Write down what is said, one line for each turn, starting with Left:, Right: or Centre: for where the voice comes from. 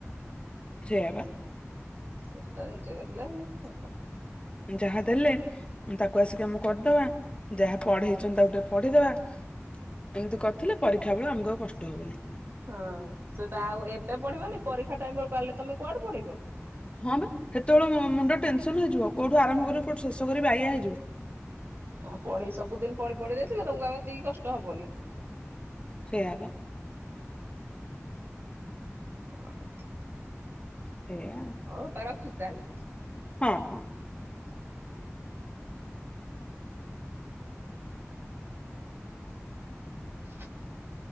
Left: ସେଇଆ ବା
Right: ଚେଷ୍ଟା ନିଜେ କରିଲେ ହବ।
Left: ଯାହାଦେଲେ ତାକୁ ଆସିକି ଆମ କରିଦବା, ଯାହା ପଢେଇଛନ୍ତି ତାକୁ ଟିକେ ପଢେଇଦବା। ଏମିତି କରିଥିଲେ ପରୀକ୍ଷା ବେଳେ ଆମକୁ ଆଉ କଷ୍ଟ ହବନି।
Right: ହଁ ସେ ତ ଆଉ ଏବେ ପଢିବନି ପରୀକ୍ଷା ଟାଇମ ବେଳକୁ ବାହାରିଲେ ତମେ କୁଆଡୁ ପଢିବ।
Left: ହଁ ବା ସେତେବେଳେ ମୁଣ୍ଡ ଟେନସନ ହେଇଯିବ କୋଉଠୁ ଆରମ୍ଭ
Right: ହୁଁ
Left: କରିବ କୋଉଠୁ ଶେଷ କରିିବି ବାୟା ହେଇଯିବ।
Right: ହଁ ପଢେଇ ସବୁଦିନ ପଢି ପଢି ଦେଇଥିଲେ ତମକୁ ଆଉ ଏତିକି କଷ୍ଟ ହବନି।
Left: ସେଇଆ ବା।
Right: ହଁ।
Left: ସେଇଆ।
Right: ହଉ ବା ରଖୁଛି ତାହେଲେ।
Left: ହଁ ହଁ।
Right: ହୁଁ। <unintelligible>